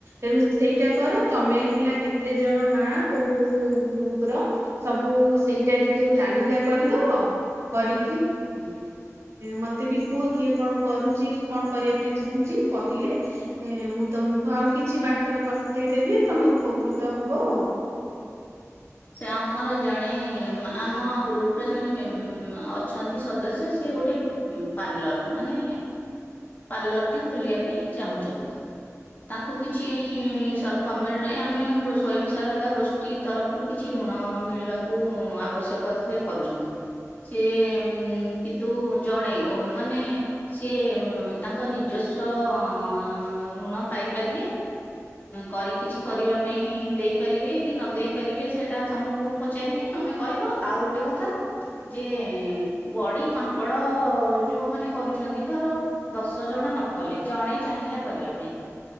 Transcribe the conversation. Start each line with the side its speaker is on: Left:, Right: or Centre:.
Right: ତେଣୁ ସେଇଟା କର ତମେ ହେଲା କେତେ ଜଣ ମା କୋଉ କୋଉ ଗ୍ରୁପ ର ସବୁ ସେଇଟା ଟିକେ ଗୋଟେ ଡାଲିକା କରିଦବ କରି
Left: ହୁଁ।
Right: ମତେ ବି କୁହ କିଏ କଣ କରୁଛି କଣ କରିବା ପାଇଁ ଚାହୁଁଛି କହିଲେ ମୁଁ ତମକୁ ଆଉ କିଛି ବାଟ ବତେଇଦେବି ତମେ ଉପକୃତ ହବ ଆଉ।
Left: ସେ ଆମର ଜଣେ ମା ଆମ ଗ୍ରୁପର ଜଣେ ମେମ ଅଛନ୍ତି ସଦସ୍ୟ ସିଏ ଗୋଟେ ପାର୍ଲର ମାନେ ପାର୍ଲରଟେ ଖୋଲିବା ପାଇଁ ଚାହୁଁଛନ୍ତି ତାଙ୍କୁ କିଛି ସର ଗମେଣ୍ଟରେ ଆମେ ଗୋ ସ୍ଵୟଂ ସହାୟକ ଗୋଷ୍ଠୀ ତରଫ କିଛି ଋଣ ମିଳିବାକୁ ଆବଶ୍ୟକ ସେ କରୁଛନ୍ତି ସେ ଉମ କିନ୍ତୁ ଜଣେ ଉ ମାନେ ସେ ତାଙ୍କ ନିଜସ୍ୱ ଋଣ ପାଇପାରିବେ କରି କିଛି କରିବା ପାଇଁ ଦେଇପାରିବେ କି ନ ଦେଇ ରିବେ ସେଟା ତମକୁ ମୁଁ ପଚାରିବି ତମେ କହିବ ଆଉ ଗୋଟେ କଥା ଯେ ବଡି ପାମ୍ପଡ ଯୋଉ ମାନ କରୁଛନ୍ତି ଧର ଦଶ ଜଣ ନ କଲେ ଜଣେ ଚାହିଁଲା କରିବା ପାଇଁ